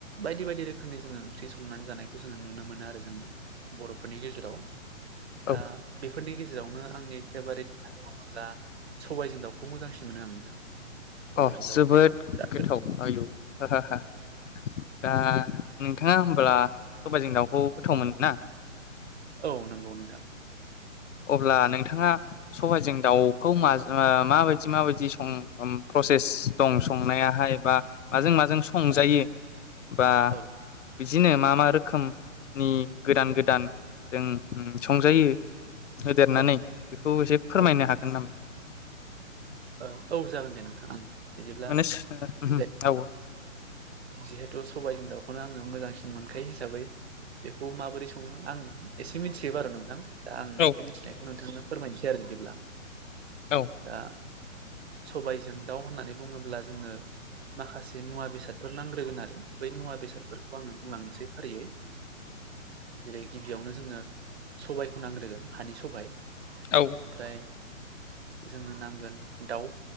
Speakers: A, on the right; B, on the left.
A: बायदि बायदि रोखोमनि जोङो ओंख्रि सं संनानै जानायखौ जोङो नुनो मोनो आरो जों बर'फोरनि गेजेराव दा
B: औ
A: बेफो फोरनि गेजेरावनो आंनि फेभारेट होननानै बुङोब्ला सबाइजों दाउखौ मोजांसिन मोनो आं नोंथां। सबायजों
B: अ
A: दाउ
B: जोबोद
A: ओंख्रिखौ बिराद
B: गोथाव
A: मोनो
B: आयु दा नोंथाङा होमब्ला सबाइजों दाउखौ गोथाव
A: औ
B: मोनो ना?
A: औ नोंगौ नोंथां
B: अब्ला नोंथाङा सबाइजों दाउखौ माज ओ माबायदि माबायदि सङो उम प्रसेस दं संनायाहाय बा माजों मा माजों संजायो
A: औ
B: बा
A: औ
B: बिदिनो मा मा रोखोमनि गोदान गोदान जों संजायो - होदेरनानै
A: औ
B: बेखौ एसे फोरमायनो
A: औ
B: हागोन नामा
A: औ औ जागोन दे नोंथांं बिदिब्ला
B: माने
A: बिबाय
B: औ
A: जिहेथु सबायाइजों दाउखौनो आङो मोजांसिन मोनखायो हिसाबै बेखौ माबोरै सङो आं एसे मिथियो बार नोंथां दा आं
B: औ
A: बे मिथिनायखौ नोंथांनो फोरमायनोसै आरो बिदिब्ला
B: औ
A: दा सबायजों दाउ होननानै बुङोब्ला जोंङो माखासे मुवा बेसाद फोर नांग्रोगोन आरो बै मुवा बेसादफोरखौ आङो बुंलांनोसै फारियै जेरै गिबियावनो जोंनो सबायाइखौ नांग्रोगोन हानि सबाय
B: औ
A: ओमफ्राय जोंनो नांगोन दाउ